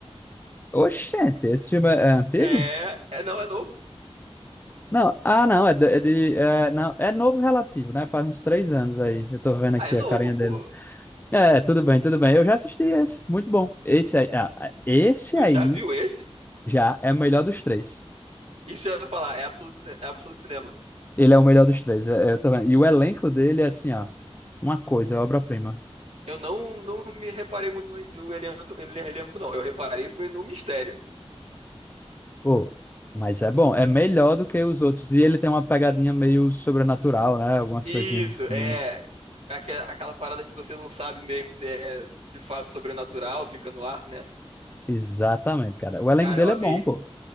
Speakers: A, on the left (about 20°); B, on the right (about 80°).
A: Oxente, esse filme é, é antigo?
B: É, é, não, é novo.
A: Não, ah, não, é de, é de- é, não, é novo relativo, né? Faz uns três anos aí, eu tô vendo aqui
B: Ah, é novo,
A: a carinha
B: pô.
A: dele. É, tudo bem, tudo bem, eu já assisti esse, muito bom. Esse aí, ah, esse
B: Tu
A: aí
B: já viu esse?
A: já é o melhor dos três.
B: Isso eu ia falar, é absoluto, cine- é absoluto cinema.
A: Ele é o melhor dos três, é- é, eu tô vendo. E o elenco dele é assim, ó, uma coisa, é obra-prima.
B: Eu não, não me reparei muito no, no elenco, ele- elenco, não. Eu reparei foi no mistério.
A: Pô, Mas é bom, é melhor do que os outros. E ele tem uma pegadinha meio sobrenatural, né? Algumas
B: Isso,
A: coisinhas. sim.
B: é aque- aquela parada que você não sabe mesmo se é de fato sobrenatural, fica no ar, né?
A: Exatamente, cara. O elenco
B: Cara,
A: dele
B: eu amei.
A: é bom, pô.